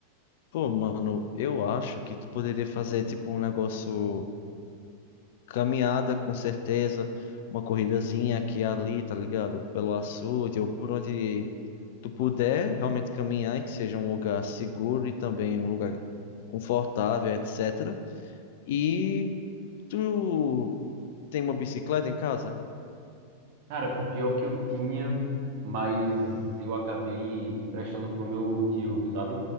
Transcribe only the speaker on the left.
Pô, mano, eu acho que tu poderia fazer, tipo, um negócio caminhada, com certeza, uma corridazinha aqui e ali, tá ligado? Pelo açude ou por onde tu puder realmente caminhar e que seja um lugar seguro e também um lugar confortável, etc. E tu tem uma bicicleta em casa?